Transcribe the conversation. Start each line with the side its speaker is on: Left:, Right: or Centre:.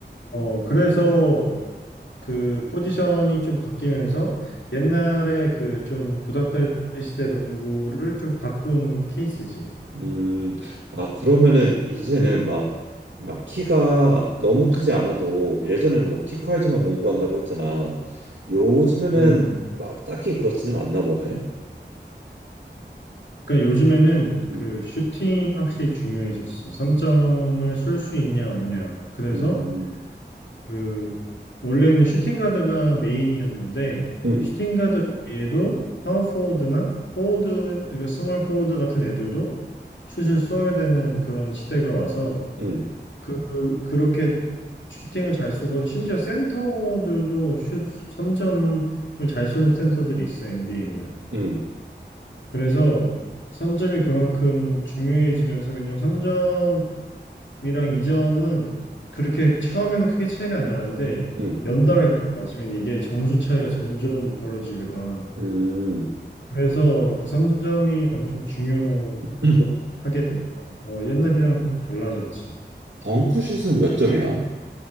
Left: 어, 그래서 그 포지션이 좀 바뀌면서 옛날에 그 좀 구닥다리 시대 농구를 좀 바꾼 케이스지.
Right: 음, 아, 그러면은 이제는
Left: 음.
Right: 막, 막 키가 너무 크지 않아도 예전에는 뭐 키 커야지만 농구한다고 했잖아. 요즘에는
Left: 음,
Right: 막 딱히 그렇지는 않나 보네.
Left: 그러니까 요즘에는
Right: 음,
Left: 그 슈팅 확실히 중요해졌어. 3점을 쏠 수 있냐 없냐. 그래서
Right: 음,
Left: 그 원래는 슈팅 가드가 메인이었는데
Right: 음,
Left: 슈팅 가드 외에도 파워 포워드나 포워드, 그러니까 스몰 포워드 같은 애들도 슛을 쏘아야 되는 그런 시대가 와서
Right: 음,
Left: 그 그- 그렇게 슈팅을 잘 쏘고 심지어 센터들도 슛 3점을 잘 쏘는 센터들이 있어 NBA는.
Right: 음,
Left: 그래서 3점이 그만큼 중요해지면서 왜냐면 3점이랑 2점은 그렇게 처음에는 크게 차이가 안 나는데
Right: 음,
Left: 연달아 계속 맞으면 이게 점수 차이가 점점 벌어지거든.
Right: 음.
Left: 그래서 그 3점이 엄청 중요하게
Right: <clears throat>
Left: 됐고 어, 옛날이랑 좀 달라졌지.
Right: 덩크슛은 몇 점이야?